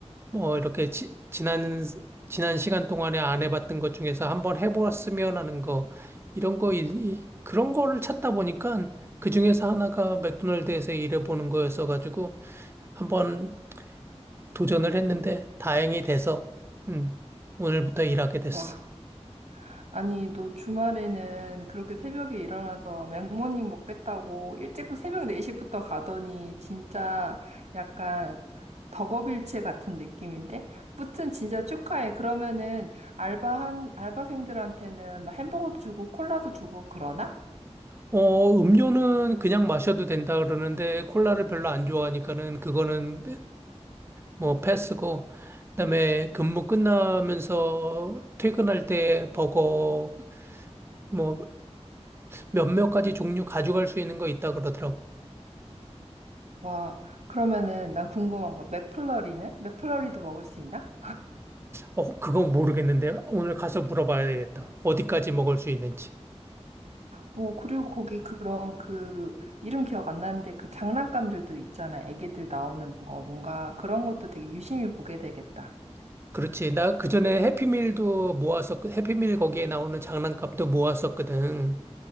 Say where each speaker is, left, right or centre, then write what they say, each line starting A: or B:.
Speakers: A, on the right; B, on the right.
A: 뭐 이렇게 지, 지난 지난 시간 동안에 안 해봤던 것 중에서 한번 해보았으면 하는 거 이런 거 이- 이- 그런 거를 찾다 보니까 그 중에서 하나가 맥도날드에서 일해보는 거였어가지고 한번 도전을 했는데 다행히 돼서 음, 오늘부터 일하게 됐어.
B: 와, 아니, 너 주말에는 그렇게 새벽에 일어나서 맥모닝 먹겠다고 일찍 새벽 4시부터 가더니 진짜 약간 덕업일체 같은 느낌인데? 무튼 진짜 축하해. 그러면은 알바한, 알바생들한테는 막 햄버거도 주고 콜라도 주고 그러나?
A: 어, 음료는 그냥 마셔도 된다 그러는데 콜라를 별로 안 좋아하니까는 그거는 뭐 패스고 그다음에 근무 끝나면서 퇴근할 때 버거 뭐 몇몇 가지 종류 가져갈 수 있는 거 있다 그러더라고.
B: 와, 그러면은 난 궁금한 거. 맥플러리는? 맥플러리도 먹을 수 있나?
A: 어, 그건 모르겠는데 오늘 가서 물어봐야 되겠다. 어디까지 먹을 수 있는지.
B: 오, 그리고 거기 그런 그 이름 기억 안 나는데 그 장난감들도 있잖아. 애기들 나오는 거. 뭔가 그런 것도 되게 유심히 보게 되겠다.
A: 그렇지. 나 그전에 해피밀도 모았었, 해피밀 거기에 나오는 장난감도 모았었거든.